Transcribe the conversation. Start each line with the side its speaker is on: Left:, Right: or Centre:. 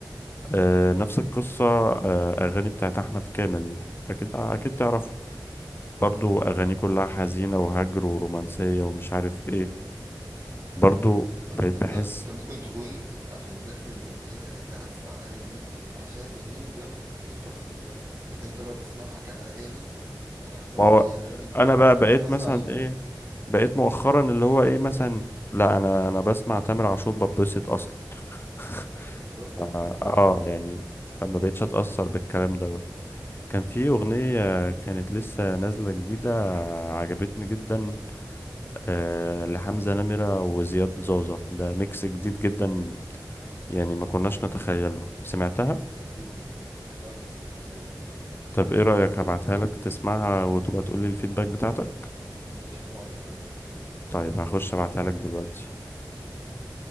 Left: آه، نفس القصة آه، أغاني بتاعت أحمد كامل أكيد آه، أكيد تعرفه برضو أغاني كلها حزينة وهجر ورومانسية ومش عارف إيه برضو
Right: بس
Left: بقيت
Right: انت
Left: بحس
Right: انت ممكن تكون انت عشان داخل بنيتك انت هتسمع الاغاني دي عشان المود ده تدخل في المود ده لكن انت لو بتسمعها كاغاني انا داخل اسمع
Left: ما
Right: اغنيه
Left: هو
Right: عادي مش
Left: أنا بقى
Right: مش
Left: بقيت
Right: داخل اسمع
Left: مثلا
Right: مود
Left: إيه بقيت مؤخرا اللي هو إيه مثلا لا أنا أنا بسمع تامر عاشور ببسط أصلا <laughs>
Right: بالظبط
Left: ف-
Right: اللي هو عادي
Left: آه يعني فما بقيتش أتأثر بالكلام دوت كان في أغنية كانت لسه نازلة جديدة عجبتني جدا آه، لحمزة نمرة وزياد زوزة ده ميكس جديد جدا يعني ما كناش نتخيله سمعتها
Right: ده ميكس غريب جدا لا لسه ما سمعتهاش دي
Left: طب ايه رأيك هبعتها لك تسمعها وتبقى تقولي الفيدباك بتاعتك
Right: ماشي طبعا مستنيك
Left: طيب هخش ابعتها لك دلوقتي
Right: اوكي.